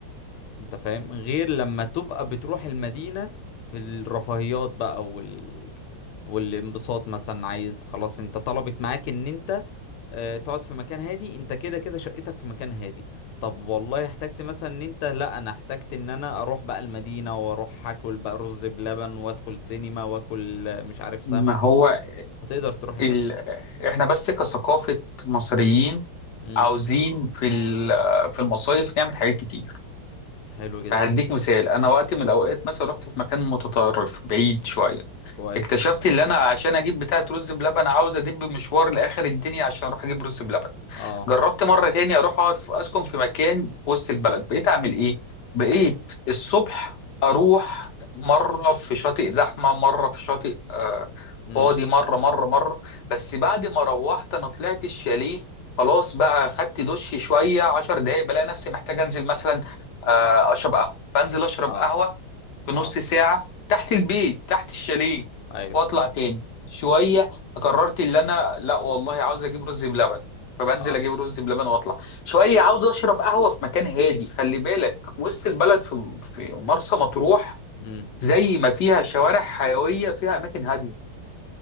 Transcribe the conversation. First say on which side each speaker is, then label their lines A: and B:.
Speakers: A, on the left (about 85°); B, on the left (about 65°).
A: انت فاهم غير لما تبقى بتروح المدينة في الرفاهيات بقى وال... والانبساط مثلا عايز خلاص انت طلبت معاك ان انت اه تقعد في مكان هادي انت كده كده شقتك في مكان هادي طب والله احتجت مثلا ان انت لا انا احتجت ان انا اروح بقى المدينة واروح اكل بقى رز بلبن وادخل سينما واكل آه، مش عارف سمك
B: ما هو
A: و... فتقدر تروح المدينة
B: ال... احنا بس كثقافه مصريين
A: امم
B: عاوزين في ال... في المصايف نعمل حاجات كتير
A: حلو جدا
B: فهديك مثال انا وقت من الاوقات مثلا رحت في مكان متطرف بعيد شويه
A: كويس
B: اكتشفت ان انا عشان اجيب بتاعه رز بلبن عاوز ادب مشوار لاخر الدنيا عشان اروح اجيب رز بلبن
A: اه
B: جربت مره تاني اروح اقعد في اسكن في مكان في وسط البلد بقيت اعمل ايه بقيت
A: ايوه
B: الصبح اروح مره في شاطئ زحمه مره في شاطئ آه،
A: امم
B: فاضي مره مره مره بس بعد ما روحت انا طلعت الشاليه خلاص بقى خدت دش شويه 10 دقايق بلاقي نفسي محتاج انزل مثلا آه، اشرب قهوه فانزل اشرب
A: اه
B: قهوه بنص
A: اه
B: ساعة تحت البيت تحت الشاليه
A: ايوه
B: واطلع تاني شوية
A: مم.
B: قررت اللي انا لا والله عاوز اجيب رز بلبن فبنزل
A: اه
B: اجيب رز بلبن واطلع شوية عاوز اشرب قهوة في مكان هادي خلي بالك وسط البلد في في مرسى مطروح
A: مم.
B: زي ما فيها شوارع حيوية فيها اماكن هادية